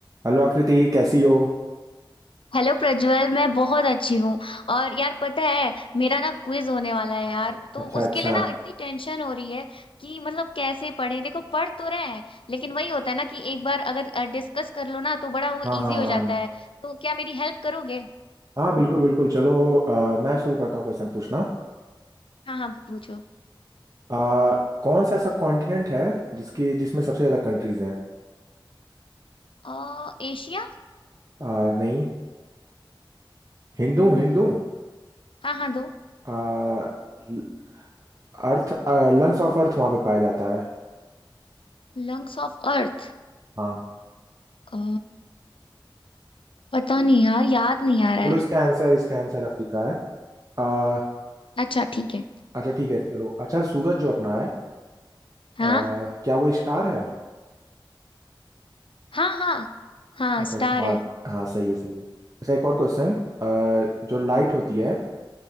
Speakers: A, on the right; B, on the left.
A: Hello Aakriti कैसी हो
B: Hello Prajwal मैं बहुत अच्छी हूँ और यार पता है मेरा ना क्विज होने वाला है
A: हाँ,
B: यार तो
A: अच्छा
B: उसके
A: अच्छा
B: लिए ना इतनी टेंशन हो रही है कि मतलब कैसे पढ़े देखो पढ़ तो रहे हैं लेकिन वही होता है ना कि एक बार अगर डिस्कस कर लो ना तो बड़ा वो इजी
A: हाँ हाँ
B: हो
A: हाँ हाँ
B: जाता है तो क्या मेरी हेल्प करोगे
A: हाँ, बिल्कुल बिल्कुल चलो अ, मैं शुरू करता हूँ क्वेश्चन पूछना
B: हाँ हाँ पूछो
A: अ, कौन सा ऐसा कॉन्टिनेंट है जिसके जिसमें सबसे ज़्यादा कंट्रीज हैं
B: अ एशिया
A: अ, नहीं हिंदू
B: हम्म
A: हूँ, हिंदू हूँ।
B: हाँ हाँ दो
A: अ, ल- अर्थ लंग्स ऑफ अर्थ वहाँ पे पाया जाता है
B: Lungs of earth
A: हाँ
B: अ, पता नहीं यार याद नहीं आ रहा
A: चलो
B: है
A: इसका आंसर इसका आंसर अफ्रीका है अ,
B: अच्छा ठीक है
A: अच्छा ठीक है चलो अच्छा सूरज जो अपना है
B: हाँ
A: अ, क्या वो स्टार है
B: हाँ हाँ हाँ
A: अच्छा
B: स्टार
A: हाँ
B: है
A: हाँ सही है सही है अच्छा एक और क्वेश्चन जो लाइट होती है